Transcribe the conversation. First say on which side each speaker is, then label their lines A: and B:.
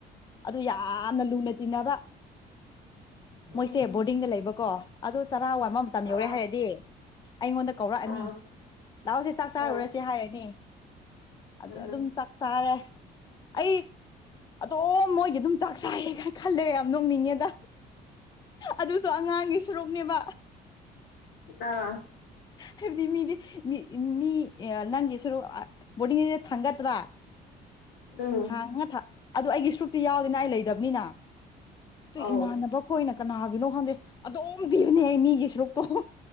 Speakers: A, on the left; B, on the left.
A: ꯑꯗꯨ ꯌꯥꯝꯅ ꯂꯨꯅ ꯆꯤꯟꯅꯅꯕ
B: ꯎꯝ
A: ꯃꯣꯏꯁꯦ ꯕꯣꯔꯗꯤꯡꯗ ꯂꯩꯕꯀꯣ ꯑꯗꯨ ꯆꯔꯥ ꯋꯥꯟꯕ ꯑꯃ ꯇꯝ
B: ꯑꯥ
A: ꯌꯧꯔꯦ ꯍꯥꯏꯔꯗꯤ ꯑꯩꯉꯣꯟꯗ ꯀꯧꯔꯛꯑꯅꯤ
B: ꯑꯥ
A: ꯂꯥꯛꯍꯑꯣꯁꯦ ꯆꯥꯛ ꯆꯥꯔꯨꯔꯁꯦ
B: ꯎꯝ
A: ꯍꯥꯏꯔꯅꯤ ꯑꯗꯨ
B: ꯎꯝ
A: ꯑꯗꯨꯝ ꯆꯥꯛ ꯆꯥꯔꯦ ꯑꯩ ꯑꯗꯣꯝ ꯃꯣꯏꯒꯤ ꯑꯗꯨꯝ ꯆꯥꯛ ꯆꯥꯏꯌꯦꯅ ꯈꯜꯂꯦꯒ ꯌꯥꯝ ꯅꯣꯡꯅꯤꯡꯉꯦꯗ ꯑꯗꯨꯁꯨ ꯑꯉꯥꯡꯒꯤ ꯁꯨꯔꯨꯣꯛꯅꯦꯕ
B: ꯑ
A: ꯍꯥꯏꯕꯗꯤ ꯃꯤꯗꯤ ꯃꯤ ꯅꯪꯒꯤ ꯁꯔ ꯕꯣꯔꯗꯤꯡꯁꯤ ꯊꯥꯡꯒꯠꯇ꯭ꯔꯥ
B: ꯎꯝ
A: ꯊꯥꯡꯉꯥ ꯊꯥ ꯑꯗꯨ ꯑꯩꯒꯤ ꯁꯔꯨꯛꯇꯤ ꯌꯥꯎꯗꯦꯅ ꯑꯩ ꯂꯩꯗꯕꯅꯤꯅ ꯇꯨ
B: ꯑꯧ
A: ꯏꯃꯥꯟꯅꯕ ꯈꯣꯏꯅ ꯀꯅꯥꯒꯤꯅꯣ ꯈꯪꯗꯦ ꯑꯗꯨꯝ ꯄꯤꯕꯅꯦ ꯑꯩ ꯃꯤꯒꯤ ꯁꯔꯨꯛꯇꯣ